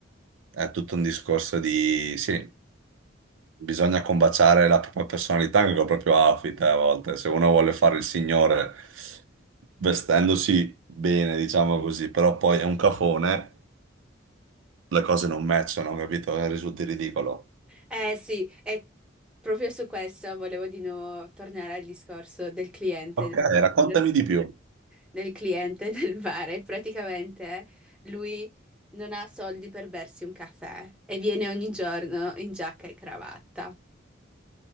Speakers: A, on the right (about 80°); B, in the centre.
A: è tutto un discorso di, sì, bisogna combaciare la propria personalità anche col proprio outfit eh, a volte, se uno vuole fare il signore vestendosi bene, diciamo così, però poi è un cafone, le cose non matchano, capito? Eh, Risulti ridicolo.
B: Eh sì, è proprio su questo volevo di nuovo tornare al discorso del cliente,
A: Ok, raccontami
B: del,
A: di più.
B: del cliente <laughs> del bar. E Praticamente lui non ha soldi per bersi un caffè e viene ogni giorno in giacca e cravatta.